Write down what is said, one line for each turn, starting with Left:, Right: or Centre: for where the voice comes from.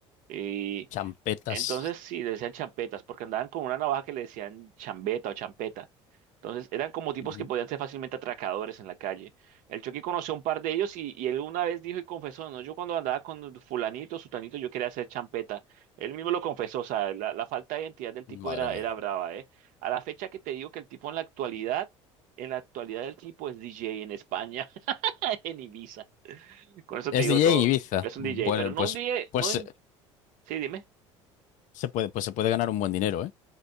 Right: Y
Left: champetas.
Right: entonces sí, les decían champetas, porque andaban con una navaja que le decían chambeta o champeta. Entonces eran como tipos
Left: Ujú.
Right: que podían ser fácilmente atracadores en la calle. El Chucky conoció a un par de ellos y, y él una vez dijo y confesó, no, yo cuando andaba con fulanito, sutanito, yo quería hacer champeta. Él mismo lo confesó, o sea, la, la falta de identidad del tipo
Left: Madre
Right: era,
Left: mía.
Right: era brava, ¿eh? A la fecha que te digo que el tipo en la actualidad, en la actualidad el tipo es DJ en España, <laughs> en Ibiza. Con eso
Left: Es
Right: te digo
Left: DJ
Right: todo.
Left: en Ibiza.
Right: Es
Left: Bueno,
Right: un DJ, pero no
Left: pues,
Right: un DJ,
Left: pues,
Right: no
Left: eh,
Right: un- Sí, dime.
Left: se puede, pues se puede ganar un buen dinero, ¿eh?